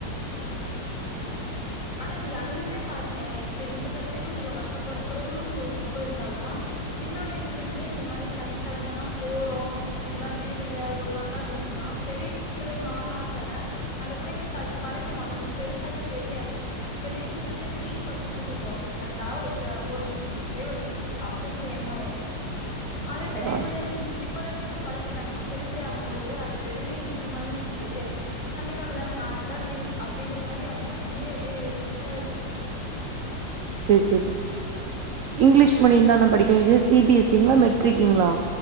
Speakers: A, on the left (about 45°); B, on the right (about 75°).
A: ம் ம் ஆனா அதுலியுமே பாருங்களே இப்ப இந்த கிளாஸ்லே நம்ம இவ்ளோ கஷ்டப்படுத்துறோன் ஒரு பக்கோ இருந்தாலு சின்ன வய்சுலேந்தே இது மாரி சனிக்கெழமனா போறோ இது மாரி லீவ் இல்ல ஒரு நாள் தா லீவ் லீவுனா பெரிய புள்ளைங்க ஆக ஆக அந்த புள்ளைங்களுக்கு அது பழக்கணு அது வந்து பெருசாவே தெரியாது இப்ப லீவ் உட்டுட்டு திடீர்னு வச் சம்னு வச்சுக்கோ ஏன்டா வைக்கிறாங்ளோ நமக்கு லீவே விட மாட்டிகிறாங்க அப்டிங்ற எண்ண வரு அதே பெரியே
B: ஆ
A: பிள்ளேங் இப்பலேந்தே அப்டி பழக்கிட்டாங்னா பெரிய பிள்ளை ஆகு போது அது பெரிய விஷயமாவே அவிங் தெரியாது சனிக்கெழம தான நாளைக் லா லீவ் அப்டிங் ஒரு மாரி அவங்க மைண்டே அப்டே செட்டாயிரு
B: சேரி சேரி இங்கிலீஷ் மீடிய தான படிக்க வச்சது பி எஸ் சி ங்ளா மெட்ரிக் ங்ளா